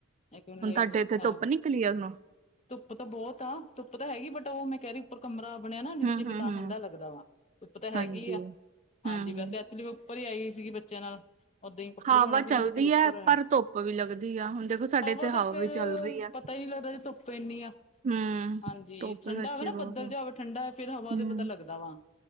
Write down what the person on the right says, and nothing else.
ਹੁਣ ਤੁਹਾਡੇ ਇੱਥੇ ਧੁੱਪ ਨਿਕਲੀ ਆ, ਹੁਣ ਨੂੰ।
ਹੂੰ-ਹੂੰ-ਹੂੰ।
ਹਾਂਜੀ।
ਹੂੰ,
ਹਵਾ
ਚੱਲਦੀ
ਐ ਪਰ ਧੁੱਪ ਵੀ ਲੱਗਦੀ ਆ ਹੁਣ ਦੇਖੋ ਸਾਡੇ
ਇੱਥੇ
ਹਵਾ
ਵੀ ਚੱਲ ਰਹੀ ਆ।
ਹੂੰ,
ਧੁੱਪ
ਸੱਚੀ
ਬਹੁਤ
ਆ
ਹੂੰ।